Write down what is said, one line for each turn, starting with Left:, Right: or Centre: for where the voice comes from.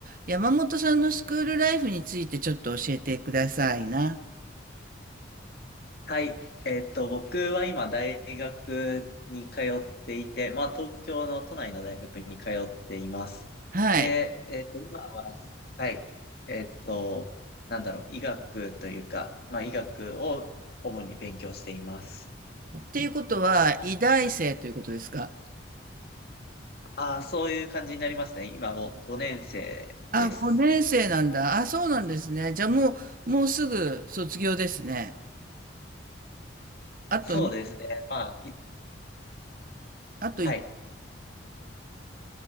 Right: 山本さんのスクールライフについてちょっと教えてくださいな。
Left: はい。えっと、僕は今大学に通っていて、まあ東京の都内の大学に通っています。
Right: はい。
Left: で、えっと、今は、はい。えっと、なんだろう、医学というか、まあ医学を主に勉強しています。
Right: っていうことは、医大生ということですか
Left: ああ、そういう感じになりますね。今5、5年生です。
Right: あ、5年生なんだ。あ、そうなんですね。じゃあもう、もうすぐ卒業ですね。あとに、
Left: そうですね。まあ、い
Right: あとい、
Left: はい。